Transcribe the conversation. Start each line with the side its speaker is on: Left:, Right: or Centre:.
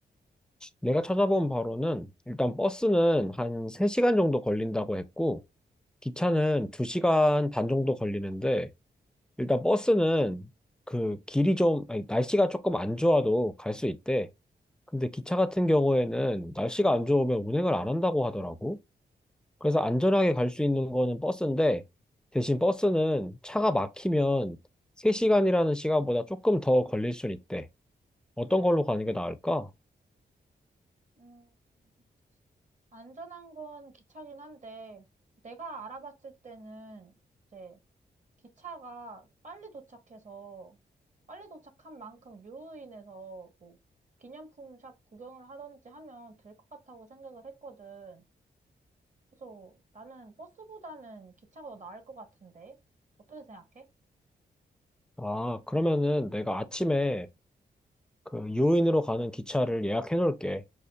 Centre: 내가 찾아본 바로는 일단 버스는 한 3시간 정도 걸린다고 했고, 기차는 2시간 반 정도 걸리는데, 일단 버스는 그 길이 좀, 아니, 날씨가 조금 안 좋아도 갈 수 있대. 근데 기차 같은 경우에는 날씨가 안 좋으면 운행을 안 한다고 하더라고. 그래서 안전하게 갈 수 있는 거는 버스인데, 대신 버스는 차가 막히면 3시간이라는 시간보다 조금 더 걸릴 수 있대. 어떤 걸로 가는 게 나을까?
Right: 음, 안전한 건 기차긴 한데, 내가 알아봤을 때는 이제 기차가 빨리 도착해서, 빨리 도착한 만큼 유후인해서 뭐 기념품 샵 구경을 하던지 하면 될 것 같다고 생각을 했거든. 그래서 나는 버스보다는 기차가 더 나을 것 같은데, 어떻게 생각해?
Centre: 아, 그러면은 내가 아침에 그 유인으로 가는 기차를 예약해 놓을게.